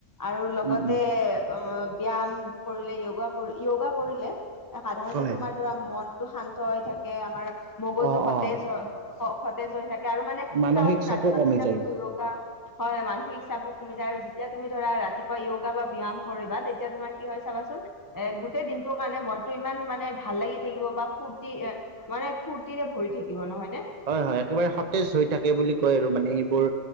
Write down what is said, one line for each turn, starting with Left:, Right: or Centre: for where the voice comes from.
Left: আৰু লগতে
Right: উম, উম।
Left: অ, ব্যায়াম কৰিলে য়গা কৰি য়গা কৰিলে। সাধাৰণতে
Right: হয়।
Left: তোমাৰ ধৰা মনটো শান্ত হৈ থাকে, আমাৰ মগজু
Right: অ',
Left: সতেজ
Right: অ',
Left: অ, সতেজ হৈ থাকে আৰু মানে
Right: মানসিক
Left: চাবাচোন
Right: চাপো
Left: ৰাতিপুৱা
Right: কমি
Left: যেতিয়া
Right: যায়।
Left: তুমি উ হয় হয় মানসিক চাপো কমি যায় আৰু যেতিয়া তুমি ধৰা ৰাতিপুৱা য়োগা বা ব্যায়াম কৰিবা তেতিয়া তোমাৰ কি হয় চাবাচোন। এ, গোটেই দিনটোৰ কাৰণে মনতটো ইমান মানে ভাল লাগি থাকিব বা ফুৰ্তি এ মানে ফুৰ্তিৰে ভৰি থাকিব নহয় নে।
Right: হয়, হয়, একেবাৰে সতেজ হৈ থাকে বুলি কয়, আৰু মানে এইবোৰ।